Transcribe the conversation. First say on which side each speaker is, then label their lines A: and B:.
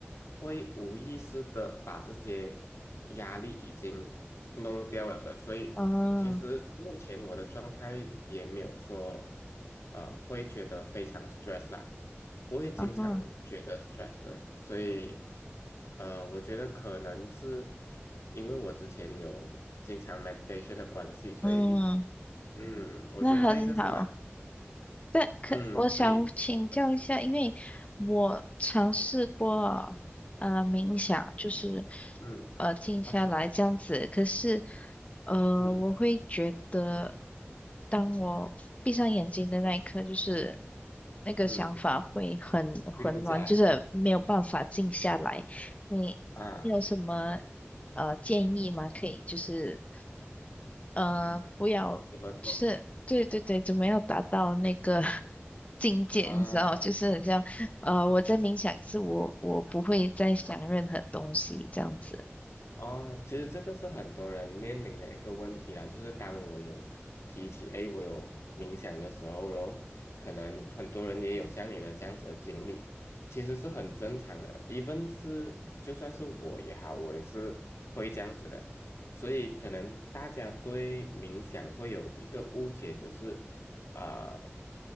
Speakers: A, on the left (about 80°); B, on the left (about 30°).
A: 会无意识的把这些压力已经弄掉了的，所以其实目前我的状态也没有说，
B: 哦，
A: 呃，会觉得非常 stress 啦，不会经常觉得
B: 啊哈，
A: stress 的，所以，呃，我觉得可能是因为我之前有经常 meditation 的关系，所以，
B: 嗯，
A: 嗯，我觉得这一个是蛮，
B: 那很好。
A: 好，
B: 但可我想请教一下，
A: 嗯，所以，呃
B: 因为我尝试过呃冥想，就是
A: 嗯，
B: 呃静下来这样子，
A: 二十，
B: 可是呃我会觉得，
A: 嗯
B: 当我闭上眼睛的那一刻，就是那个想法会很混乱，
A: 嗯，定不下来
B: 就是没有办法静下来。你你有什么
A: 啊，
B: 呃建议吗？可以就是呃不要。
A: 怎么做
B: 就是对对对，就没有达到那个 <laughs> 境界，
A: 啊？
B: 你知道，就是很像呃，我在冥想，可是我我不会再想任何东西这样子。
A: 哦，其实这个是很多人面临的一个问题啦，就是当我有提起，诶，我有冥想的时候，然后可能很多人也有像你的这样子的经历，其实是很正常的 e v 是就算是我也好，我也是会这样子的，所以可能大家对冥想会有一个误解，就是呃，